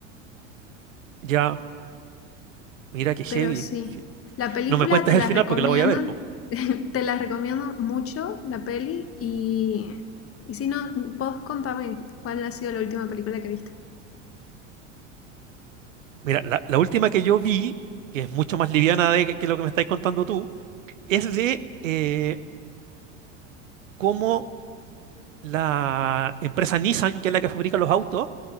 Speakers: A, on the right; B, on the left.
A: Ya, mira qué heavy.
B: Pero sí, la película
A: No me cuentes
B: te la
A: el final
B: recomiendo,
A: porque la voy a ver, po.
B: <laughs> te la recomiendo mucho, la peli, y, y si no, vos contame cuál ha sido la última película que viste.
A: Mira, la, la última que yo vi, que es mucho más liviana de que, que lo que me estáis contando tú, es de eh, cómo la empresa Nissan, que es la que fabrica los autos,